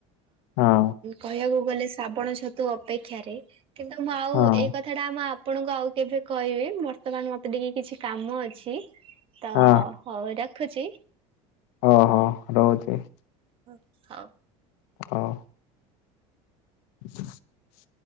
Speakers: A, on the left; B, on the right.
A: ହଁ
B: କହିବାକୁ ଗଲେ ଶ୍ରାବଣ ଛତୁ ଅପେକ୍ଷାରେ, କିନ୍ତୁ ମୁଁ ଆଉ
A: ହଁ।
B: ଏଇ କଥା ଟା ମାମ୍ ଆପଣଙ୍କୁ ଆଉ କେବେ କହିବି ବର୍ତ୍ତମାନ ମତେ ଟିକେ କିଛି କାମ ଅଛି ତ
A: ହଁ
B: ହଉ ରଖୁଛି।
A: ହଁ ହଁ ରହୁଛି।
B: ହ ହଉ।
A: ହଁ <inaudible>